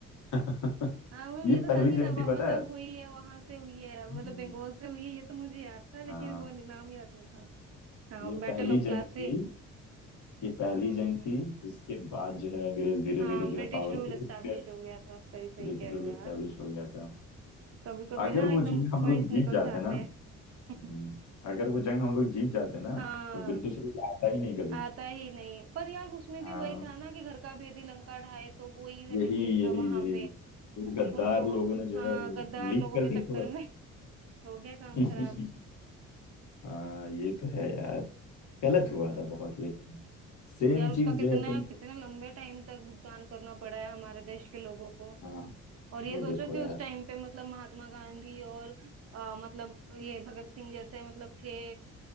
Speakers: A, on the left; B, on the right.
A: <laughs>
B: हाँ वो
A: ये
B: ये तो
A: पहली
B: था कि नवा
A: जंग थी
B: मतलब
A: पता है
B: हुई है वहां से हुई है मतलब
A: हम्म,
B: बंगाल से हुई है ये तो मुझे याद था लेकिन
A: हाँ
B: वो नाम याद नहीं था हाँ
A: ये
B: बैटल
A: पहली
B: ऑफ प्लासी
A: जंग थी ये पहली
B: हम्म
A: जंग थी जिसके बाद जो है अंग्रेज धीरे
B: हाँ
A: धीरे जो
B: ब्रिटिश
A: है पावरफुल
B: रूल एस्टैब्लिश
A: होते गए
B: हो गया था सही सही
A: ब्रिटिश
B: कह
A: रूल
B: रहे हो
A: एस्टेब्लिश
B: यार
A: हो गया था
B: कभी कभी
A: अगर
B: ना
A: वो
B: एकदम
A: जंग हम
B: पॉइंट्स
A: लोग जीत
B: निकल
A: जाते
B: जाते
A: ना
B: हैं
A: हम्म,
B: <laughs>
A: अगर वो जंग हम लोग जीत जाते ना
B: हाँ
A: तो ब्रिटिश रूल आता ही नहीं कभी
B: आता ही नहीं पर यार उसमें
A: हाँ
B: भी वही था ना कि घर का भेदी लंका ढाए तो वही वाली
A: यही
B: सीन
A: यही
B: था वहां
A: यही
B: पे
A: वो गद्दार
B: उन लोगों
A: लोगों ने जो
B: हाँ
A: है वो
B: गद्दार
A: लीक
B: लोगों
A: कर
B: के
A: दी
B: चक्कर
A: खबर
B: में <laughs> हो गया काम
A: <laughs>
B: खराब
A: हाँ ये तो है यार गलत
B: हम्म
A: हुआ था बहुत लेकिन सेम
B: यार
A: चीज
B: उसका कितना
A: जो है तुम
B: कितना लंबे टाइम तक भुगतान करना पड़ा है हमारे देश के लोगों को
A: हाँ
B: और ये
A: वो
B: सोचो
A: देखो
B: कि
A: यार
B: उस टाइम पे मतलब महात्मा गांधी और अ, मतलब ये भगत सिंह जैसे मतलब थे